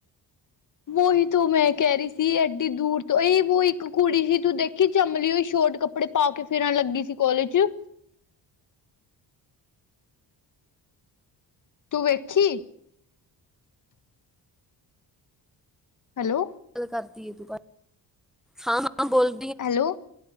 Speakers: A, on the left; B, in the centre.
A: ਉਹੀ ਤੂੰ ਮੈਂ ਕਹਿ ਰਹੀ ਸੀ, ਐਡੀ ਦੂਰ ਤੋਂ ਇਹ ਵੋ ਇੱਕ ਕੁੜੀ ਸੀ, ਤੂੰ ਦੇਖ ਕਿ ਚਮਲੀ ਹੋਈ, ਸ਼ੋਰਟ ਕੱਪੜੇ ਪਾ ਕੇ ਫਿਰਨ ਲੱਗੀ ਸੀ, ਕਾੱਲੇਜ ਚ। ਤੂੰ ਵੇਖੀ ਹੈਲੋ
B: ਗੱਲ ਕਰਤੀ ਹੈ, ਤੂੰ ਕਰ, ਹਾਂ ਹਾਂ ਬੋਲ
A: ਹੈਲੋ,